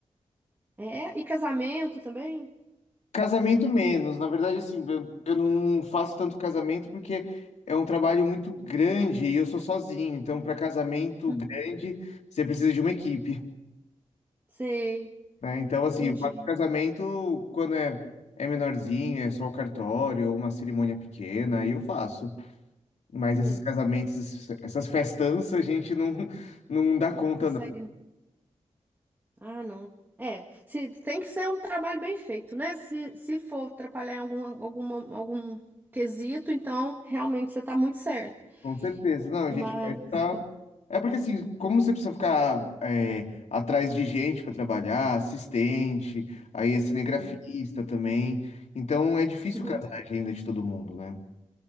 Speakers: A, on the right; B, on the left.
A: É, e casamento também?
B: Casamento menos, na verdade, assim, eu, eu não faço tanto casamento porque é um trabalho muito grande e eu sou sozinho, então para casamento
A: Uhum.
B: grande você precisa de uma equipe,
A: Sei,
B: né? Então, assim,
A: entendi.
B: eu faço casamento quando é, é menorzinho, é só o cartório ou uma cerimônia pequena, aí eu faço. Mas
A: Sei.
B: esses casamentos, essas festanças, a gente não, não dá conta,
A: Consegue, Ah, não. É, se, tem que ser um trabalho bem feito, né? Se, se for atrapalhar em algum, alguma, algum quesito, então realmente você está muito certo.
B: Com certeza. Não, a
A: Mas.
B: gente vai estar. É porque assim, como você precisa ficar é, atrás de gente para trabalhar, assistente, aí é cinegrafista
A: é.
B: também. Então é difícil
A: Uhum,
B: casar a agenda de todo mundo, né?